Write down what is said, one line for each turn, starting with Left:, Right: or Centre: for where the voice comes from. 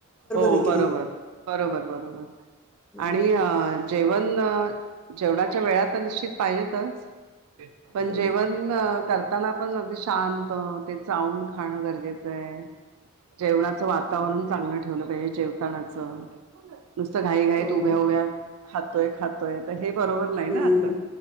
Right: हो
Centre: आहे
Right: बरोबर
Centre: की नाही?
Right: बरोबर बरोबर
Centre: हं,
Right: आणि अ जेवण जेवणाच्या वेळा तर निश्चित पाहिजेतच पण
Centre: हं.
Right: जेवण पण करताना, पण अगदी शांत ते चाऊन खाणं गरजेचं आहे. जेवणाचं वातावरण चांगलं ठेवलं पाहिजे जेवतानाच नुसतं घाई घाईत
Centre: हो.
Right: उभ्या उभ्या खातोय खात तोय. हे बरोबर नाही
Centre: हं,
Right: ना अस